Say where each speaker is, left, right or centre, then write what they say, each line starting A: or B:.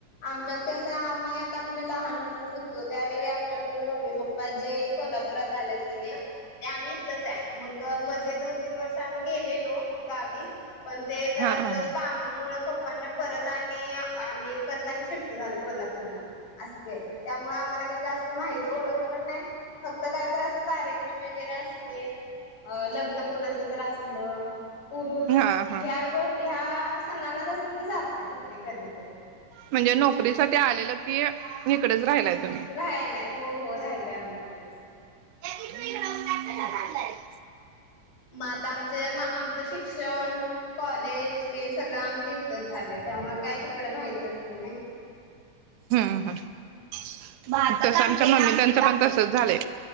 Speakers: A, on the left (about 85°); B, on the right (about 80°).
A: आमच्यात कसं आम्ही आता म्हणजे लहान होतो त्यावेळी आमच्या म्हणजे मम्मी पप्पा पाजे कोल्हापुरात आलेस ना ते आम्ही इथंच आहे मग मध्ये दोन तीन वर्ष आम्ही गेलेलो गावी पण ते जरा
B: हा हा
A: स काम मुळ पप्पांच्या परत आणि आम्ही परत आणि शिफ्ट झालो कोल्हापूरला असं केलं त्यामुळे आम्हाला काही जास्त माह ओळख पण नाही फक्त काही तर असं कार्य वगैरे असले लग्न कोणाच तर्र असलं उरुस
B: हा हा
A: ह्या सनाचा म्हणजे जातोय तिकडे कधीतरी
B: म्हणजे नोकरीसाठीठी आलेलं की इकडेच राहिलाय तुम्ही
A: रायलाय हो हो राहिलोय आम्ही खरंच
B: चांगलंय
A: मग आता आमच्या आमचं शिक्षण कॉलेज ते सगळं आमचं इथच झालं त्यामुळे काय तिकड माहितच नाही नाही
B: हम् ह तस आमच्या मम्मी त्यांचं पण तसच झालंय